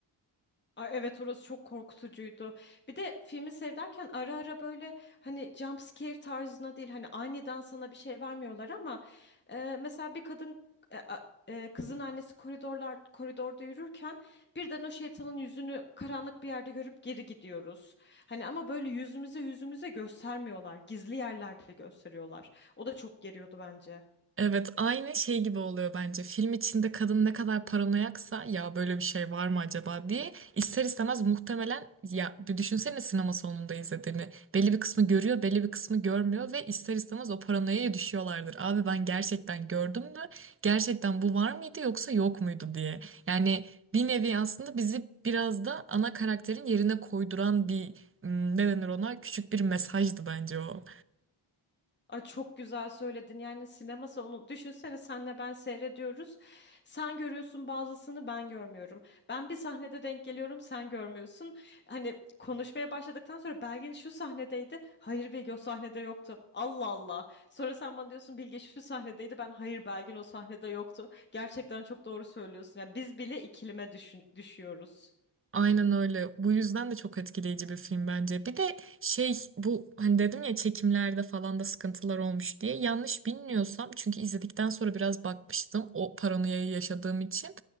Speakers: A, on the left; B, on the right.
A: Ay evet orası çok korkutucuydu. Bir de filmi seyrederken ara ara böyle hani jump scare tarzına değil hani aniden sana bir şey vermiyorlar ama e, mesela bir kadın e, a- e, kızın annesi koridorlar koridorda yürürken birden o şeytanın yüzünü karanlık bir yerde görüp geri gidiyoruz. Hani ama böyle yüzümüze yüzümüze göstermiyorlar. Gizli yerlerde gösteriyorlar. O da çok geriyordu bence.
B: Evet aynı şey gibi oluyor bence. Film içinde kadın ne kadar paranoyaksa ya böyle bir şey var mı acaba diye ister istemez muhtemelen ya bir düşünsene sinema salonunda izlediğini. Belli bir kısmı görüyor, belli bir kısmı görmüyor ve ister istemez o paranoyaya düşüyorlardır. Abi ben gerçekten gördüm mü? Gerçekten bu var mıydı yoksa yok muydu diye. Yani bir nevi aslında bizi biraz da ana karakterin yerine koyduran bir ım, ne denir ona küçük bir mesajdı bence o.
A: Ay çok güzel söyledin. Yani sinema salonu düşünsene senle ben seyrediyoruz. Sen görüyorsun bazısını ben görmüyorum. Ben bir sahnede denk geliyorum sen görmüyorsun. Hani konuşmaya başladıktan sonra Belgin şu sahnedeydi. Hayır Bilge o sahnede yoktu. Allah Allah. Sonra sen bana diyorsun Bilge şu sahnedeydi. Ben hayır Belgin o sahnede yoktu. Gerçekten çok doğru söylüyorsun. Yani biz bile ikilime düşün- düşüyoruz.
B: Aynen öyle. Bu yüzden de çok etkileyici bir film bence. Bir de şey bu hani dedim ya çekimlerde falan da sıkıntılar olmuş diye. Yanlış bilmiyorsam çünkü izledikten sonra biraz bakmıştım o paranoyayı yaşadığım için.